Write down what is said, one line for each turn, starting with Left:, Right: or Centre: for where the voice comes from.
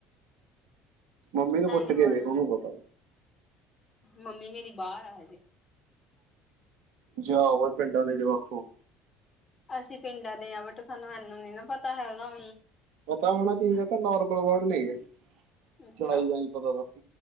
Right: ਮੰਮੀ ਨੂੰ
Left: ਐ
Right: ਪੁੱਛ
Left: ਨੀ ਬੋਲਣਾ
Right: ਕੇ ਦੇਖ ਉਹ ਨੂੰ ਪਤਾ।
Left: ਮੰਮੀ ਮੇਰੀ ਬਾਹਰ ਆ ਹਜੇ।
Right: ਜਾਓ ਪਿੰਡਾਂ ਦੇ ਜਵਾਕੋ।
Left: ਅਸੀਂ ਪਿੰਡਾਂ ਦੇ ਹਾਂ ਬਟ ਸਾਨੂੰ ਇਹਨੂੰ ਨੀ ਨਾ ਪਤਾ ਹੈਗਾ।
Right: ਪਤਾ ਹੋਣਾ ਚਾਹੀਦਾ ਤਾਂ ਨੋਰਮਲ ਵਰਡ ਨੇਗੇ
Left: ਅੱਛਾ
Right: ਚੜਾਈ ਦਾ ਨੀ ਪਤਾ ਦੱਸ